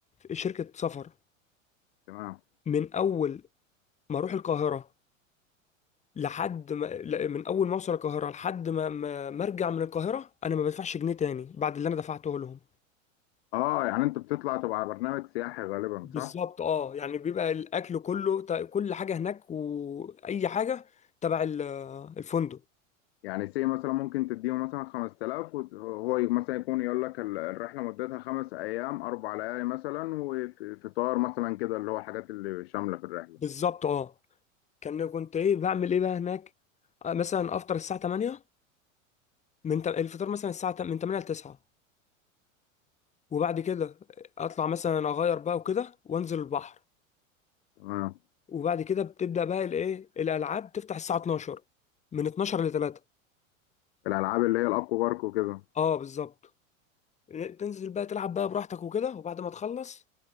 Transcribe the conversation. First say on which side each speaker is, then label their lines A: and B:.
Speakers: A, on the left (about 15°); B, on the left (about 50°).
A: شركة سفر
B: تمام
A: من اول ما اروح القاهره لحد ما لا، من اول ما اوصل القاهره لحد ما ما ما ارجع من القاهره انا ما بدفعش جنيه تاني بعد اللي انا دفعته لهم
B: اه يعني انت بتطلع تبع برنامج سياحي غالبا
A: بالظبط
B: صح
A: اه يعني بيبقى الاكل كله ت- كل حاجه هناك واي حاجه تبع ال- الفندق
B: يعني سي مثلا ممكن تديله مثلا 5000 وهو مثلا يكون يقول لك ال- الرحله مدتها خمس ايام اربع ليالي مثلا وفطار مثلا كده اللي هو الحاجات اللي شامله في الرحله
A: بالظبط اه كان كنت ايه بعمل ايه بقى هناك آه، مثلا افطر الساعه 8 من تم- الفطار مثلا الساعه تم- من 8 ل 9 وبعد كده اطلع مثلا اغير بقى وكده وانزل البحر
B: تمام
A: وبعد كده بتبدأ بقى الايه الالعاب تفتح الساعة 12 من 12 ل 3
B: الالعاب اللي هي الاكوا بارك وكده
A: اه بالظبط إيه، تنزل بقى تلعب بقى براحتك وكده وبعد ما تخلص